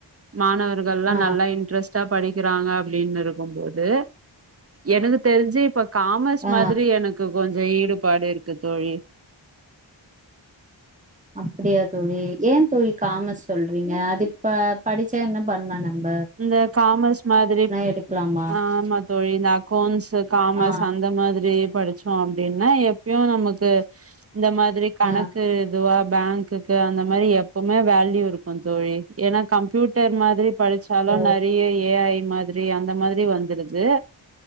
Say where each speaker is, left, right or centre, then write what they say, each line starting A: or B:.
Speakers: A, on the right; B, on the right.
A: மாணவர்கள்ல்லா
B: ஆ
A: நல்லா இன்ட்ரெஸ் சாப்பாடு விக்கிறாங்க அப்டின் இருக்கும் போது எனக்கு தெரிஞ்சி இப்ப காமர்ஸ்
B: ஆ
A: மாதிரி எனக்கு கொஞ்சோ ஈடுபாடு இருக்கு தோழி
B: அப்டியா தோழி ஏ தோழி காமஸ் சொல்றீங்க அது இப்ப படிச்சா என்ன பண்லா நம்ப
A: இந்த காமர்ஸ் மாதிரி
B: எடுக்லாமா
A: ஆமா தோழி இந்த அக்கவுன்ஸூ காமர்ஸ்
B: ஆ
A: அந்த மாதிரி படிச் அப்டின்னா எப்பயோ நமக்கு இந்த மாதிரி கணக்கு
B: ஆ
A: இதுவா பேங்க்குக்கு அந்த மாரி எப்பவுமே வேல்யூ இருக்கு தோழி ஏனா கம்ப்யூட்டர் மாதிரி படிச் இப்பலா
B: ஓ
A: நெறய ஏ ஐ மாதிரி அந்த மாதிரி வந்துருது